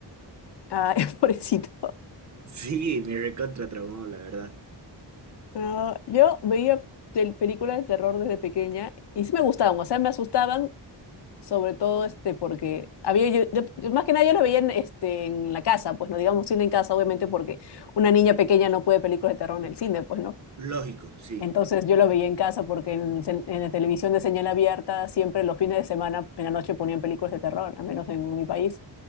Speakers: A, on the left; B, on the right.
A: Ay, <laughs> pobrecito.
B: Sí, me recontra traumó, la verdad.
A: No, yo veía tel- películas de terror desde pequeña y sí me gustaban. O sea, me asustaban, sobre todo este porque había yo, yo- yo- más que nada yo las veía en, este, en la casa, pues no digamos cine en casa, obviamente porque una niña pequeña no puede ver películas de terror en el cine, pues no.
B: Lógico, sí.
A: Entonces yo lo veía en casa porque en, se- en la televisión de señal abierta siempre los fines de semana en la noche ponían películas de terror, al menos en mi país.